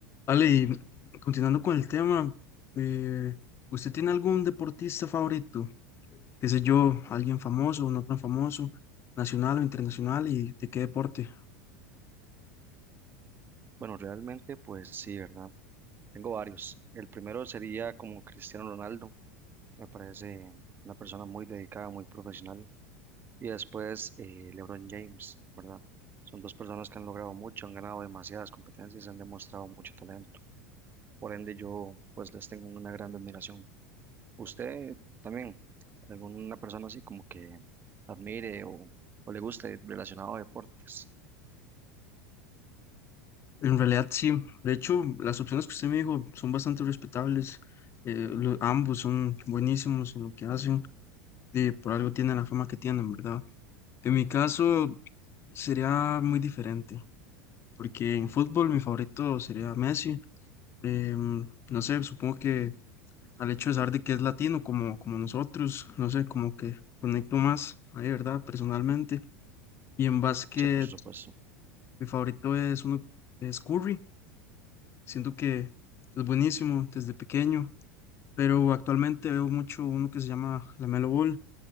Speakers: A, on the left; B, on the right.
A: Ale, y continuando con el tema, eh, ¿usted tiene algún deportista favorito? ¿Qué sé yo, alguien famoso o no tan famoso, nacional o internacional y de qué deporte?
B: Bueno, realmente, pues sí, ¿verdad? Tengo varios. El primero sería como Cristiano Ronaldo. Me parece una persona muy dedicada, muy profesional. Y después eh, LeBron James, ¿verdad? Son dos personas que han logrado mucho, han ganado demasiadas competencias, han demostrado mucho talento. Por ende, yo pues les tengo una gran admiración. ¿Usted también, alguna persona así como que admire o, o le guste relacionado a deportes?
A: En realidad sí, de hecho las opciones que usted me dijo son bastante respetables, eh, lo- ambos son buenísimos en lo que hacen, y por algo tienen la fama que tienen, ¿verdad? En mi caso sería muy diferente, porque en fútbol mi favorito sería Messi, em, no sé, supongo que al hecho de saber de que es latino como, como nosotros, no sé, como que conecto más, ahí, ¿verdad? Personalmente. Y en básquet,
B: Sí, por supuesto.
A: mi favorito es uno, es Curry, siento que es buenísimo desde pequeño, pero actualmente veo mucho uno que se llama LaMelo Ball,